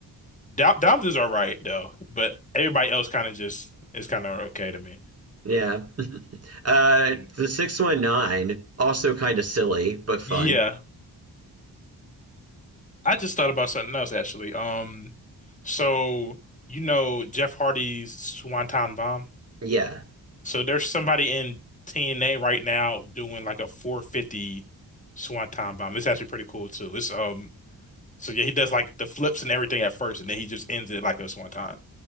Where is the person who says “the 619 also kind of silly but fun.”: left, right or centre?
Right